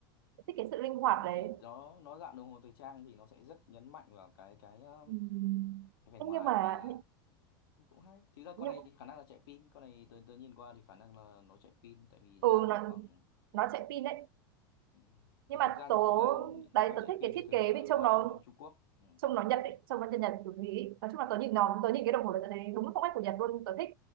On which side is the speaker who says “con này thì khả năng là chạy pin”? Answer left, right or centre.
Left